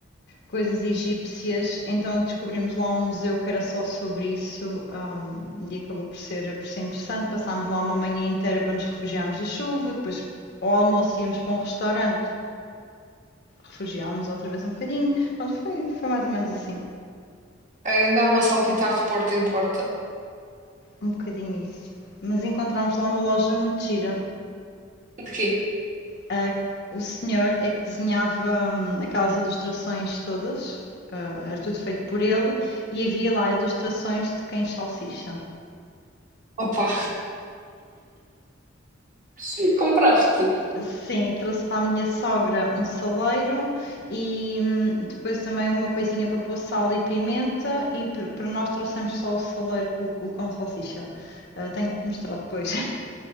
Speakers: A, on the left; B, on the right.
A: coisas egípcias, então descobrimos lá um museu que era só sobre isso hum, e acabou por ser, por ser interessante. Passámos lá uma manhã inteira para nos refugiarmos da chuva, depois ao almoço íamos para um restaurante, refugiámos outra vez um bocadinho. Pronto, foi, foi mais ou menos assim,
B: Aí andavam a saltitar de porta em porta.
A: um bocadinho isso. Mas encontramos lá uma loja muito gira.
B: De quê?
A: Ah, o senhor é que desenhava hum, aquelas ilustrações todas, ah, era tudo feito por ele, e havia lá ilustrações de cães salsicha.
B: Opa, <laughs> compraste.
A: Sim, trouxe para a minha sogra um saleiro e hum, depois também uma coisinha para pôr sal e pimenta e per- para nós trouxemos só o saleiro com, com, com salsicha. Ah, tenho que te mostrar depois.